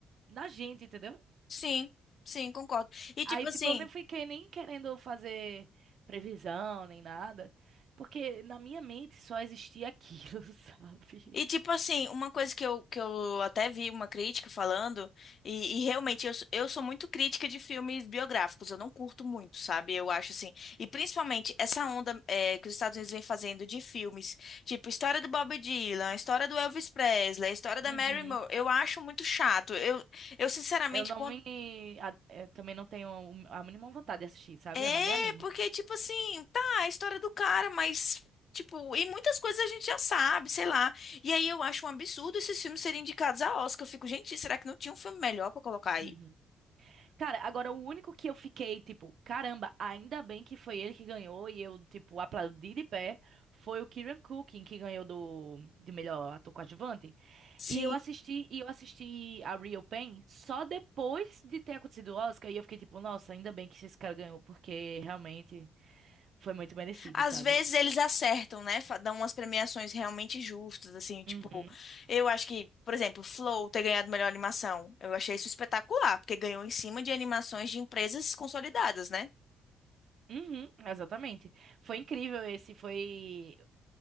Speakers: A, on the right; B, on the left.
A: na gente, entendeu?
B: Sim, sim, concordo. E
A: Aí,
B: tipo assim,
A: tipo, eu nem fiquei nem querendo fazer previsão nem nada, porque na minha mente só existia aquilo, <laughs> sabe?
B: E tipo assim, uma coisa que eu, que eu até vi uma crítica falando, e, e realmente eu, sou- eu sou muito crítica de filmes biográficos, eu não curto muito, sabe? Eu acho assim. E principalmente essa onda é, que os Estados Unidos vem fazendo de filmes, tipo história do Bob Dylan, história do Elvis Presley, história da
A: Uhum.
B: Mary Moore, eu acho muito chato. Eu, eu sinceramente,
A: Eu não me. a- eu também não tenho a mínima vontade de assistir, sabe?
B: É,
A: Eu não me animo.
B: porque, tipo assim, tá, a história do cara, mas, tipo, e muitas coisas a gente já sabe, sei lá. E aí eu acho um absurdo esses filmes serem indicados a Oscar. Eu fico, gente, será que não tinha um filme melhor pra colocar aí?
A: Uhum. Cara, agora o único que eu fiquei, tipo, caramba, ainda bem que foi ele que ganhou e eu, tipo, aplaudi de pé, foi o Kieran Culkin que ganhou do de melhor ator coadjuvante.
B: Sim.
A: E eu assisti, e eu assisti a Real Pain só depois de ter acontecido o Oscar e eu fiquei tipo, nossa, ainda bem que esse cara ganhou, porque realmente foi muito merecido,
B: Às
A: sabe?
B: vezes eles acertam, né? Fa- Dão umas premiações realmente justas, assim, tipo,
A: Uhum.
B: eu acho que, por exemplo, Flow ter ganhado melhor animação, eu achei isso espetacular, porque ganhou em cima de animações de empresas consolidadas, né?
A: Uhum, exatamente. Foi incrível esse, foi